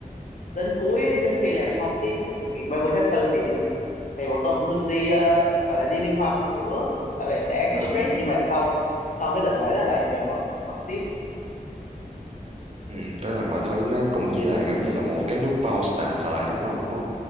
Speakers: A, on the left (about 60°); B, on the right (about 45°).
A: đến cuối đến khi làm xong cái cái sự kiện 30 tháng 4 thì thì bọn tôi cũng được đi ờ, gọi là đi liên hoan một bữa gọi là xả cái
B: ờ,
A: stress nhưng mà sau sau cái đợt lễ đó lại về bận bận tiếp
B: ừ, tức là mọi thứ nó cũng chỉ là giống như là một cái nút pause tạm thời đó thôi đúng không